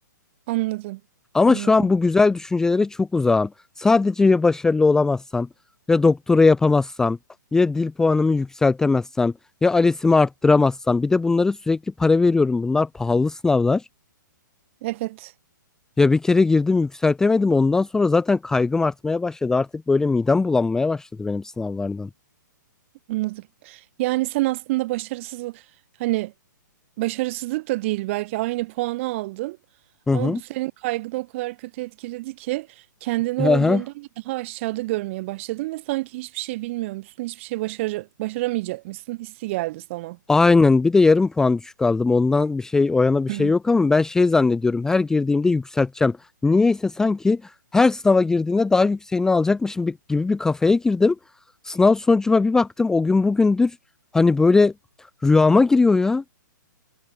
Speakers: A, on the right (about 40°); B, in the centre.
A: Anladım.
B: Ama
A: Anladım.
B: şu an bu güzel düşüncelere çok uzağım. Sadece ya başarılı olamazsam, ya doktora yapamazsam, ya dil puanımı yükseltemezsem, ya ALES'imi arttıramazsam. Bir de bunlara sürekli para veriyorum. Bunlar pahalı sınavlar.
A: Evet.
B: Ya bir kere girdim yükseltemedim. Ondan sonra zaten kaygım artmaya başladı. Artık böyle midem bulanmaya başladı benim sınavlardan.
A: Anladım. Yani sen aslında başarısız hani başarısızlık da değil belki aynı puanı aldın
B: Hı
A: ama
B: hı.
A: bu senin kaygını o kadar kötü etkiledi ki kendini
B: Hı
A: olduğundan
B: hı
A: da daha aşağıda görmeye başladın ve sanki hiçbir şey bilmiyormuşsun, hiçbir şey başar başaramayacakmışsın hissi geldi sana.
B: Aynen bir de yarım puan düşük aldım. Ondan bir şey o yana bir
A: <clears throat>
B: şey yok ama ben şey zannediyorum. Her girdiğimde yükselteceğim. Niyeyse sanki her sınava girdiğinde daha yükseğini alacakmışım bir- gibi bir kafaya girdim. Sınav sonucuma bir baktım o gün bugündür hani böyle rüyama giriyor ya.